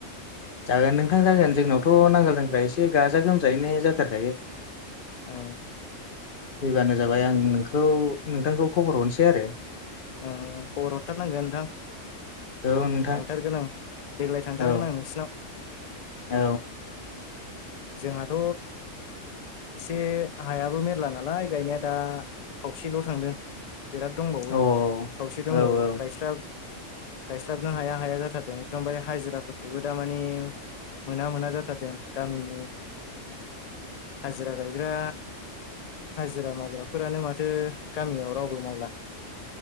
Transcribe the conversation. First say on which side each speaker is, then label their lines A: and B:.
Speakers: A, on the left; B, on the left.
A: जागोन नोंथां जागोन जोंनावथ' नांगोल जग्रा एसे गाजा गोमजायैनो जाथारखायो।
B: ओ
A: फैबानो जाबाय आं नोंखौ नोंथांखौ खबर हरसै आरो।
B: औ खबर हरथारनांगोन नोंथां।
A: औ नोंथां
B: थांथारगोन आं देग्लाय थांथारगोन
A: औ
B: आं नोंसिनाव।
A: औ
B: जोंहाथ एसे हायाबो मेरला नालाय गायनाया दा खावसेल थांदों। बिराद दंबावो
A: औ
B: खावसे दंबावो
A: औ
B: गायस्रा गायस्लाबनो हाया हाया जाथारदों एदमबार हाजिराफोरखौबो दारमानि मोना मोना जाथारदों गामिनि हाजिरा गायग्रा। हाजिरा मावग्राफोरानो माथो गामियाव रावबो मावला।